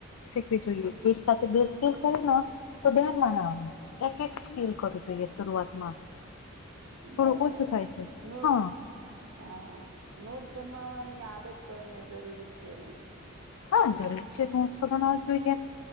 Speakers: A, on the left; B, on the right.
A: શીખવી જોઈએ એક સાથે બે સ્કીલ કરેને તો ધ્યાન માણ એક એક સ્કીલ કરું જોઈએ
B: હા
A: શરૂઆતમાં થોડું
B: બરાબર
A: ઓછું થાય છે
B: નોટ
A: હા.
B: હા નોટ્સ બનવાવાની આદત પણ જરૂરી છે નહીં.
A: હા જરૂર છે નોટ્સ બનાવો જોઈએ.